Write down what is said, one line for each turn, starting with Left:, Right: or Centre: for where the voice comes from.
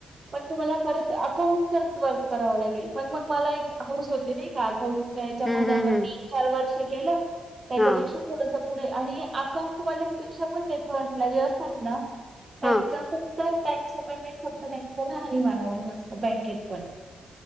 Right: पण तुम्हाला परत अकाउंटचाच वर्क कराव लागेल पण मग मला एक हाऊस होती नाही का याच्यामध्ये
Left: हं, हं,
Right: आपण तीन
Left: हं.
Right: चार वर्ष केलं त्याच्यापेक्षा
Left: हां,
Right: थोडस पुढे आणि अकाउंट वाल्यांपेक्षा पण तेथटला जे असतात ना त्यांच
Left: हां,
Right: फक्त त्यांच पेमेंट फक्त त्यांच्या राहणी मानावरून असत बँकेत पण